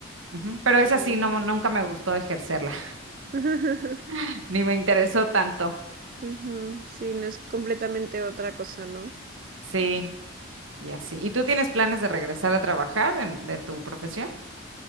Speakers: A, on the right; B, on the right.
A: Ujú, Pero esa
B: Oh.
A: sí, no, nunca me gustó ejercerla,
B: <laughs>
A: <laughs> ni me interesó tanto.
B: Ujú, Sí, no es completamente otra cosa, ¿no?
A: Sí. Y así. ¿Y tú tienes planes de regresar a trabajar en, de tu profesión?